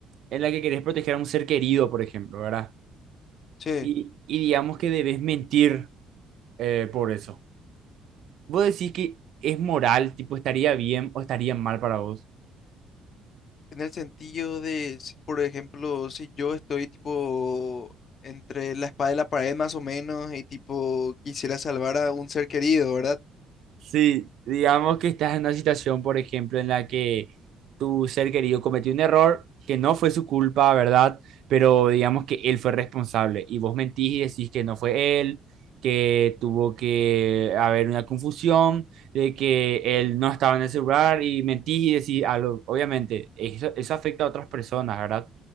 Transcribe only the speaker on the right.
en la que querés proteger a un ser querido, por ejemplo, ¿verdad?
Y, y digamos que debes mentir eh, por eso. ¿Vos decís que es moral, tipo, estaría bien o estaría mal para vos?
Sí, digamos que estás en una situación, por ejemplo, en la que tu ser querido cometió un error que no fue su culpa, ¿verdad? Pero digamos que él fue responsable y vos mentís y decís que no fue él, que tuvo que haber una confusión, de que él no estaba en el celular y mentís y decís algo. Obviamente, eso, eso afecta a otras personas, ¿verdad?